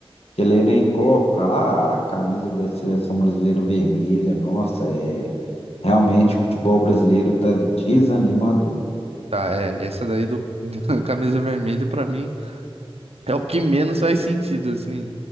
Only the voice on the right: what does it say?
Tá, é, essa daí do <laughs> da camisa vermelha pra mim é o que menos faz sentido, assim.